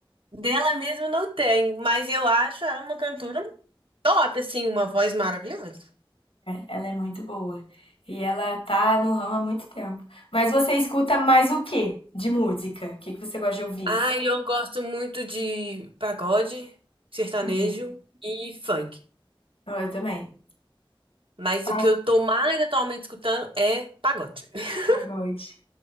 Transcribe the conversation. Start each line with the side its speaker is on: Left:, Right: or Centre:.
Right: dela mesma eu não tenho. Mas eu acho ela uma cantora top, assim, uma voz maravilhosa.
Left: Ela é muito boa. E ela tá no ramo há muito tempo. Mas você escuta mais o quê de música? O que que você gosta de ouvir?
Right: Ah, eu gosto muito de pagode, sertanejo
Left: Uhum.
Right: e funk.
Left: Ah, Eu também.
Right: Mas
Left: Pa-
Right: o que eu tô mais atualmente escutando é pagode. <laughs>
Left: Pagode.